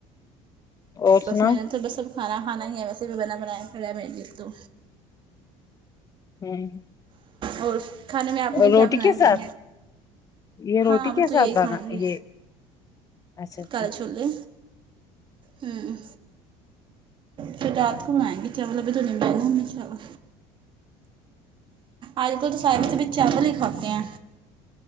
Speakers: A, on the left; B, on the right.
A: اور
B: بس
A: سناؤ
B: میں نے تو بس اب کھانا کھانا ہی ہے ویسے بھی بنا بنایا پڑا میرے تو
A: ہوں
B: اور کھانے میں آپ نے
A: روٹی
B: کیا بنایا
A: کے ساتھ
B: تھا
A: یہ روٹی
B: ہاں اب
A: کے
B: تو یہی
A: ساتھ
B: کھائیں
A: بنا
B: گے
A: یہ اچھا
B: کال
A: ٹھیک
B: چھولے ہوں پھر رات کو بنائیں گے چاول ابھی تو نہیں بنائے ہمنے چاول آج کل تو سارے تو اب چاول ہی کھاتے ہیں